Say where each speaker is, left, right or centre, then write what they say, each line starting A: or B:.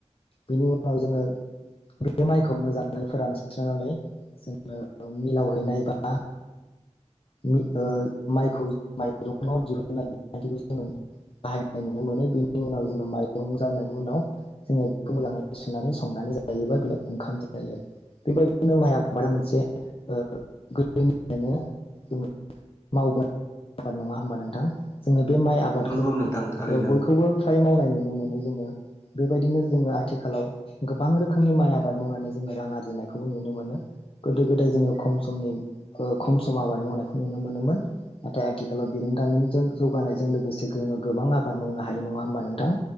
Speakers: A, on the left (about 50°); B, on the left (about 20°).
A: बेनि उनाव जोङो बे माइखौ मोजाङै फोरानस्रोनानै जोङो मिलाव हैनाय बा मि ओ माइखौ माइरंआव दिहुननाय बिखान्थिखौ जोङो बाहायनाय नुनो मोनो बेनि उनाव जोङो माइरं जानायनि उनाव जोङो बेखौ मोजाङै सुनानै संनानै जायो बा बेनो ओंखाम जायो आरो बेबायदिनो माइ आबादा मोनसे ओ गोदोनिफ्रायनो <unintelligible> मावबोनाय आबाद नङा होमबा नोंथां जोङो बे माइ आबादखौ
B: नंगौ नोंथां थारैनो
A: ओ बयखौबो फ्राय मावनाय नुनो मोनो। मोनो जोङो बेबायदिनो जोङो आथिखालाव गोबां रोखोमनि माइ आबाद मावनानै जोङो रां आरजिनायखौबो नुनो मोनो गोदो गोदाय जोङो खम समनि ओ खम सम आबाद मावनायखौ नुनो मोनोमोन नाथाय आथिखालाव बिरोंदामिनजों जौगानायजों लोगोसे जोङो गोबां आबाद मावनो हायो नङा होमबा नोंथां।